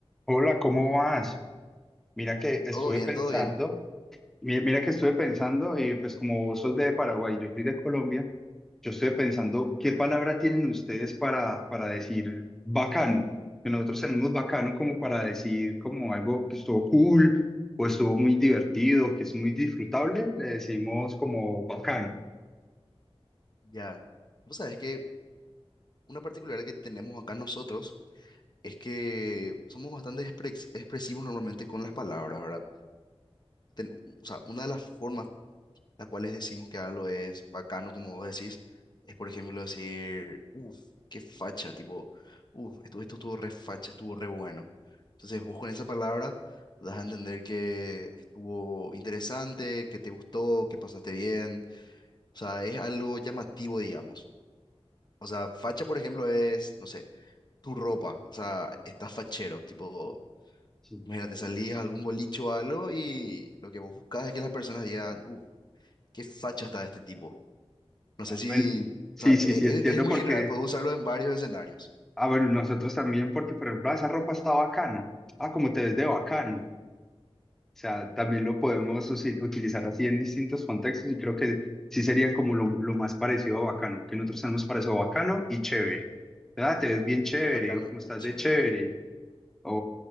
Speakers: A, in the centre; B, on the left.
A: Hola, ¿cómo vas? Mira que estuve
B: Todo bien,
A: pensando,
B: todo bien.
A: mi- mira que estuve pensando, y pues como vos sos de Paraguay y yo soy de Colombia, yo estuve pensando, ¿qué palabra tienen ustedes para, para decir bacano? Que nosotros tenemos bacano como para decir como algo que estuvo cool o estuvo muy divertido, que es muy disfrutable, le decimos como bacano.
B: Ya. Vos sabés que una particularidad que tenemos acá nosotros es que somos bastante expres- expresivos normalmente con las palabras, ¿verdad? Ten- o sea, una de las formas las cuales decimos que algo es bacano, como vos decís, es por ejemplo decir, uff, qué facha, tipo, uff, esto, esto estuvo re facha, estuvo re bueno. Entonces vos con esa palabra das a entender que estuvo interesante, que te gustó, que pasaste bien. O sea, es algo llamativo, digamos. O sea, facha, por ejemplo, es, no sé, tu ropa. O sea, estás fachero, tipo,
A: Sí,
B: imagínate, salías a algún bolicho o algo y lo que vos buscas es que las personas digan, uh, qué facha está este tipo. No sé
A: Ah,
B: si,
A: ven- sí,
B: o sea,
A: sí,
B: e-
A: sí,
B: e-
A: entiendo
B: es, muy
A: porque,
B: general, puedo usarlo en varios escenarios.
A: ah, bueno, nosotros también porque, por ejemplo, "Ah, esa ropa está bacana. Ah, como te ves de bacano. O sea, también lo podemos
B: Uh,
A: usi- utilizar así en distintos contextos y creo que sí sería como lo, lo más parecido a bacano, que nosotros tenemos para eso bacano y chévere. ¿Verdad? Te ves bien chévere
B: Bacano
A: o como estás
B: y chévere.
A: de chévere. O,